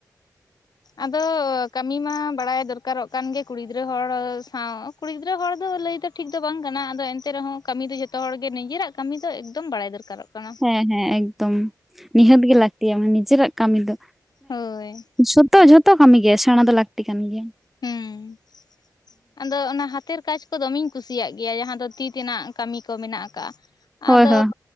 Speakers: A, on the left (about 70°); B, in the centre.
A: ᱟᱫᱚ ᱠᱟ. ᱠᱟᱹᱢᱤ ᱢᱟ ᱵᱟᱲᱟᱭ ᱫᱚᱨᱠᱟᱨᱚᱜ ᱠᱟᱱ ᱜᱮ ᱠᱩᱲᱤ ᱜᱤᱫᱽᱨᱟᱹ ᱦᱚᱲ ᱥᱟᱶ ᱠᱩᱲᱤ ᱜᱤᱫᱽᱨᱟᱹ ᱦᱚᱲ ᱫᱚ ᱞᱟᱹᱭ ᱛᱮ᱾ ᱴᱷᱤᱠ ᱫᱚ ᱵᱟᱝ ᱠᱟᱱᱟ ᱟᱫᱚ ᱮᱱᱛᱮ ᱨᱮᱦᱚᱸ ᱠᱟᱹᱢᱤ ᱫᱚ ᱡᱚᱛᱚ ᱦᱚᱲ ᱜᱮ ᱱᱤᱡᱮᱨᱟᱜ ᱠᱟᱹᱢᱤ ᱫᱚ ᱮᱠᱫᱚᱢ ᱵᱟᱲᱟᱭ ᱫᱚᱨᱠᱟᱨᱚᱜ ᱠᱟᱱᱟ᱾
B: ᱦᱮᱸ ᱦᱮᱸ ᱮᱠᱫᱚᱢ ᱱᱤᱦᱟᱹᱛ ᱜᱮ ᱞᱟᱹᱠᱛᱤᱭᱟ ᱢᱟᱱᱮ ᱱᱤᱡᱮᱨᱟᱜ ᱠᱟᱹᱢᱤ ᱫᱚ ᱾
A: ᱦᱳᱭ
B: ᱡᱷᱚᱛᱚ ᱡᱷᱚᱛᱚ ᱠᱟᱹᱢᱤ ᱜᱮ ᱥᱮᱬᱟ ᱫᱚ ᱞᱟᱹᱠᱛᱤ ᱠᱟᱱ ᱜᱮᱭᱟ ᱾
A: ᱦᱮᱸ ᱟᱫᱚ ᱚᱱᱟ ᱦᱟᱛᱮᱨ ᱠᱟᱡ ᱠᱚ ᱫᱚᱢᱮᱧ ᱠᱩᱥᱤᱭᱟᱜ ᱜᱮᱭᱟ ᱡᱟᱦᱟᱸ ᱫᱚ ᱛᱤ ᱛᱮᱱᱟᱜ ᱠᱟᱹᱢᱤ ᱠᱚ ᱢᱮᱱᱟᱜ ᱠᱟᱜ-ᱟ
B: ᱦᱳᱭ
A: ᱟᱫᱚ
B: ᱦᱳᱭ
A: -